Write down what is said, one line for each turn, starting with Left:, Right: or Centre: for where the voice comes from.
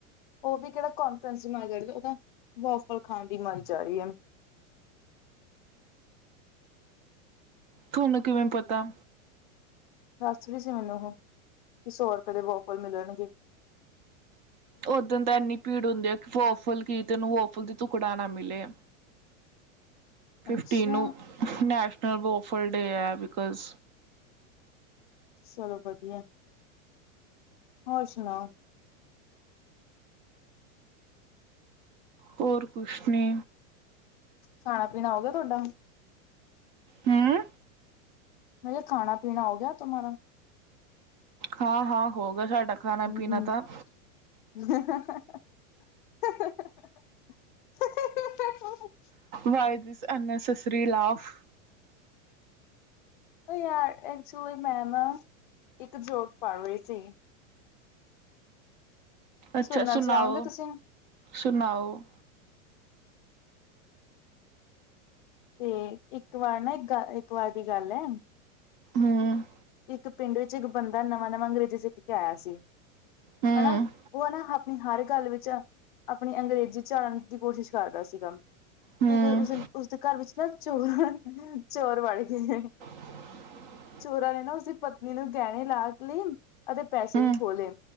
Left: ਉਅ ਵੀ ਕੇੜਾ ਕੌਨਫਰੰਸ ਦੀ ਮਾਰੀ ਨ ਜਾ ਰੀ ਓ ਤਾ ਵੌਫਲ ਖਾਨ ਦੀ ਮਾਰੀ ਜਾ ਰੀ ਆ।
Right: ਥੋਨੂੰ ਕਿਵੇਂ ਪਤਾ?
Left: ਦੱਸ ਰੀ ਸੀ ਮੈਨੂੰ ਉਹੋ ਵੀ ਸੌ ਰਪੇ ਦੇ ਬੌਫਰ ਮਿਲਣਗੇ।
Right: ਓਦਣ ਤਾ ਇੰਨੀ ਭੀੜ ਹੁੰਦੀ ਐ ਕਿ ਵੌਫਲ ਕੀ ਤੈਨੂੰ ਵੌਫਲ ਦੀ ਤੁੁਕੜਾ ਨਾ ਮਿਲੇ। ਫਿਫਟੀਨ
Left: ਅੱਛਾ
Right: ਨੂੰ ਨੈਸ਼ਨਲ ਵੋਫਰ ਡੇ ਐ ਬਿਕੋਜ
Left: ਚਲੋ ਵਧੀਐ। ਹੋਰ ਸੁਣਾਓ।
Right: ਹੋਰ ਕੁਛ ਨੀ।
Left: ਖਾਣਾ- ਪੀਣਾ ਓ ਗਿਆ ਥੋਡਾ?
Right: ਹਮ
Left: ਮੈਂ ਕਿ ਖਾਣਾ- ਪੀਣਾ ਹੋ ਗਿਆ ਤੁਮਾਰਾ?
Right: ਹਾਂ -ਹਾਂ ਹੋਗਾ ਸਾਡਾ। ਖਾਣਾ
Left: ਹੂੰ-ਹੂੰ,
Right: ਪੀਣਾ ਤਾਂ
Left: ਅਹ ਹਹ ਹਹ ਹਹ। <inaudible>
Right: ਵਾਹਿ ਜ ਅੰਨ- ਅੰ ਨ ਸਸ੍ਰੀ ਲਾਫ
Left: ਬਈ ਐਕਚੁਲੀ ਮੈਂ ਨਾ, ਇੱਕ ਜੋਕ ਪੜ ਰਹੀ ਸੀ।
Right: ਅੱਛਾ
Left: ਸੁਣਨਾ
Right: ਸੁਣਾਓ,
Left: ਚਾਹੋਗੇ ਤੁਸੀਂ
Right: ਸੁਣਾਓ।
Left: ਤੇ ਇੱਕ ਵਾਰ ਨਾ ਇੱਕ ਗ ਇੱਕ ਵਾਰ ਦੀ ਗੱਲ ਐ।
Right: ਹਮ।
Left: ਇੱਕ ਪਿੰਡ ਵਿੱਚ ਇੱਕ ਬੰਦਾ ਨਵਾਂ-ਨਵਾਂ ਅੰਗਰੇਜ਼ੀ ਸਿੱਖ ਕੇ ਆਇਆ ਸੀ।
Right: ਹੂੰ ਹੂੰ
Left: ਹਨਾ, ਉਹ ਹੈ ਨਾ ਆਪਣੀ ਹਰ ਗੱਲ ਵਿੱਚ ਆਪਣੀ ਅੰਗਰੇਜ਼ੀ ਝਾੜਨ ਦੀ ਕੋਸ਼ਿਸ਼ ਕਰਦਾ ਸੀਗਾ।
Right: ਹੂੰ
Left: ਤੇ ਉਸ ਦਿਨ ਉਸਦੇ ਘਰ ਵਿੱਚ ਨਾ ਚੋਰ, ਚੋਰ ਵੜ ਗਏ।
Right: <inaudible>
Left: ਚੋਰਾਂ ਨੇ ਨਾ ਉਸਦੀ ਪਤਨੀ ਨੂੰ ਗਹਿਣੇ ਲਾਕਲੀ ਅਤੇ ਪੈਸੇ
Right: ਹੂੰ
Left: ਵੀ ਖੋ ਲਏ।